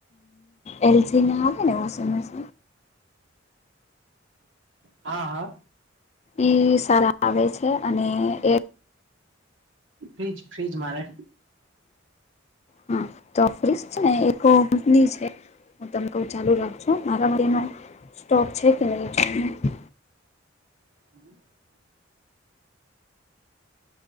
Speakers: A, on the left; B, on the right.
A: એલ જીને હવાને <inaudible> <inaudible> હું છે મ છે
B: હા હા
A: ઈ સારા આવે છે અને એક
B: ફ્ર્રીજ ફ્રીજ મારે
A: હા તો <unintelligible> છે ને એક કંપની છે. હું તમને કહું ચાલુ રાખજો મારા <unintelligible> સ્ટોક છે <unintelligible>
B: હમ